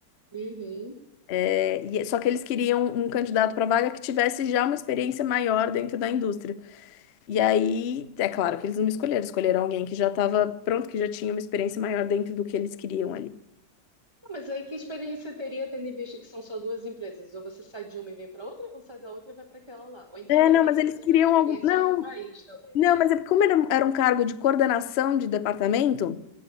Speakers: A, on the right (about 15°); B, on the left (about 70°).
A: Uhum.
B: é, e- é, só que eles queriam um candidato para vaga que tivesse já uma experiência maior dentro da indústria. E aí, é claro que eles não me escolheram, escolheram alguém que já estava pronto, que já tinha uma experiência maior dentro do que eles queriam ali.
A: Mas aí que experiência teria tendo em vista que são só duas empresas? Ou você sai de uma e vem para outra, ou sai da outra e vai para aquela lá. Ou então,
B: É,
A: de
B: não,
A: repente,
B: mas
A: se
B: eles
A: você
B: queriam
A: tivesse experiência
B: algum. Não,
A: em outro país, talvez.
B: não, mas é porque como era, um, era um cargo de coordenação de departamento,